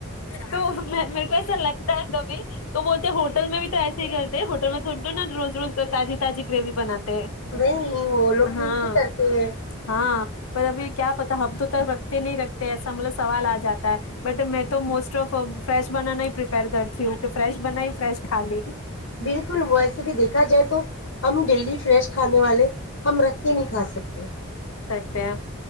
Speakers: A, on the left; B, on the left.
A: تو میرے کو ایسا لگتا ہے کبھی تو بولتے ہوٹل میں بھی تو ایسے ہی کرتے ہیں ہوٹل میں تھوڑی نا روز روز تازی تازی گریوی بناتے
B: نہیں وہ لوگ بھی
A: ہاں
B: اسے کرتے ہیں
A: ہاں پر ابھی کیا پتا ہفتوں تک رکھتے نہیں رکھتے سمبلو سوال آ جاتا بٹ میں تو موسٹ آف فریش بنانا ہی پرپیر کرتی ہوں کہ فریش بنای فریش کھا لی
B: بلکل ویسے بھی دیکھا جائے تو ہم ڈیلی فریش کھانے والے ہم رکھ کے نہیں کھا سکتے
A: پیمپ